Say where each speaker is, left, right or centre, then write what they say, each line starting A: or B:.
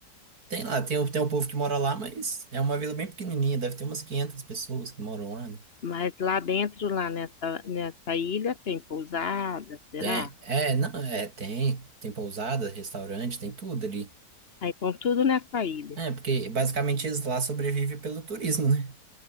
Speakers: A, on the right (about 60°); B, on the left (about 40°).
A: tem lá, tem, o- tem um povo que mora lá, mas é uma vila bem pequenininha, deve ter umas 500 pessoas que moram lá, né?
B: Mas lá dentro, lá nessa, nessa ilha, tem pousada, será?
A: Tem, é, não, é, tem, tem pousada, restaurante, tem tudo ali.
B: Aí com tudo nessa ilha.
A: É, porque basicamente eles lá sobrevivem pelo turismo, né?